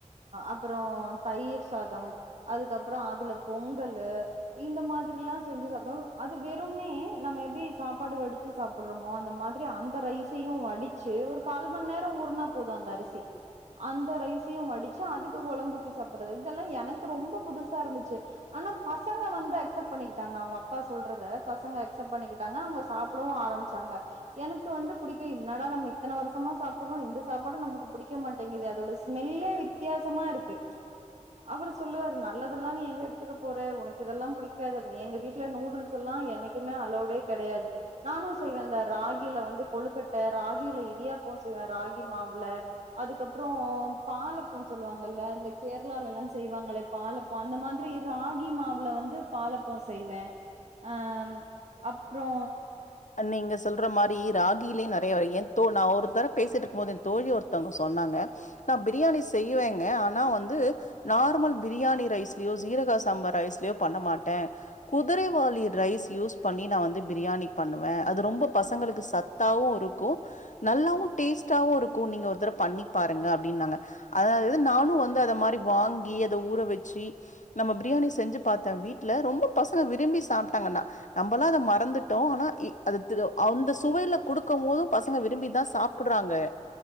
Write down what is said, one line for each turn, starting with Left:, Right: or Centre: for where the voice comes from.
Right: அப்றோ தயிர் சாதம் அதுக்கப்றோ அதுல பொங்கலு இந்த மாரில்லா செஞ்சு சாப்பிடோம் அது வெறும்னே நம்ம எப்டி சாப்பாடு வடிச்சு சாப்பிடுறோ அந்த மாரி அந்த ரைசையு வடிச்சு ஒரு கால் மணி நேர ஊற்னா போது அந்த அரிசி அந்த ரைசையு வடிச்சு அதுக்கு கொழம்பூத்தி சாப்பிடுறது இதெல்லா எனக்கு ரொம்ப புதுசா இருந்துச்சு ஆனா பசங்க வந்து அக்செப்ட் பண்ணிக்கிட்டாங்க அவங்க அப் அப்பா சொல்றது பசங்க அக்செப்ட் பண்ணிக்கிட்டாங்க அவங்க சாப்பிடவு ஆரம்பிச்சாங்க எனக்கு வந்து பிடிக்க என்னடா நம்ம இத்தன வருஷமா சாப்பிடுறோ இந்த சாப்பாடு நமக்கு பிடிக்க மாட்டேங்குது அதோட ஸ்மெல்லே வித்தியாசமா இருக்கு அவரு சொல்லுவாரு நல்லதெல்லா நீ எங்க எடுத்துக்க போற உனக்கு இதெல்லா புடிக்காது நீ எங்க வீட் வீட்ல நூடுல்ஸ் எல்லா என்னைக்குமே அளோவ்டே கெடையாது நானு செய்வ இந்த ராகில வந்து கொழுக்கட்ட ராகில இடியாப்போ செய்வ ராகி மாவுல அதுக்கப்றோ பாலப்போ சொல்லுவாங்கல்ல இந்த கேரளால எல்லா செய்வாங்ளே பாலப் அந்த மாரி ராகி மாவுல வந்து பாலப்போ செய்வே ஆ அப்றோ
Left: நீங்க சொல்ற மாரி ராகிலயு நெறைய வகைய ஏ தோ நா ஒரு தர பேசிகிட்டு இருக்கும்போது ஏ தோழி ஒருத்தவங்க சொன்னாங்க நா பிரியாணி செய்யிவேங்க ஆனா வந்து நார்மல் பிரியாணி ரைஸ்லயோ சீரக சம்பா ரைஸ்லயோ பண்ண மாட்டே குதிரைவாளி ரைஸ் யூஸ் பண்ணி நா வந்து பிரியாணி பண்ணுவே அது ரொம்ப பசங்களுக்கு சத்தாவு இருக்கு நல்லாவு டேஸ்ட்டாவு இருக்கு நீங்க ஒருத்தடவ பண்ணி பாருங்க அப்டின்னாங்க அதாவது நானு வந்து அத மாரி வாங்கி அத ஊற வெச்சு நம்ம பிரியாணி செஞ்சு பாத்தே வீட்ல ரொம்ப பசங்க விரும்பி சாப்ட்டாங்கன்னா நம்மளா அத மறந்துட்டோ ஆனா இ அது அந்த சுவையில குடுக்கும் போது பசங்க விரும்பி தா சாப் சாப்பிடறாங்க